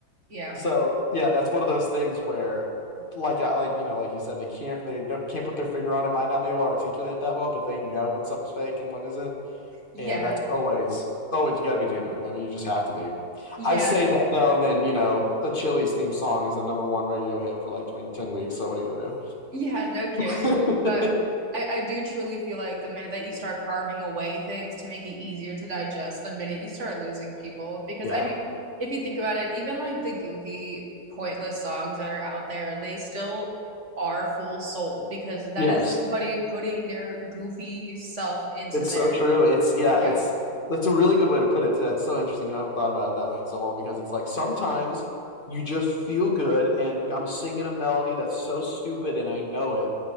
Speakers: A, on the right; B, on the left.
A: yeah
B: so yeah that's one of those things where like I like you know like you said they can't they don't, can't put their finger on it might not be able to articulate it that well but they know when something's fake and when isn't
A: yeah
B: and that's always always you got to be genuine I mean you just have to be
A: yeah
B: I say that though and then you know the Chili's theme song is the number one radio hit for like twenty ten weeks so what are you
A: yeah no kidding
B: gonna do
A: but I, I do truly feel like the minute that you start carving away things to make it easier to digest the minute you start losing people because
B: <laughs> yeah
A: i mean if you think about it even like the goofy pointless songs that are out there they still are full soul because that
B: Yes,
A: is somebody putting their goofy self into
B: it's
A: there
B: so true. It's yeah,
A: Yeah.
B: it's that's a really good way to put it too. That's so interesting. You know, I haven't thought about it that way in so long because it's like sometimes you just feel good and I'm singing a melody that's so stupid and I know it,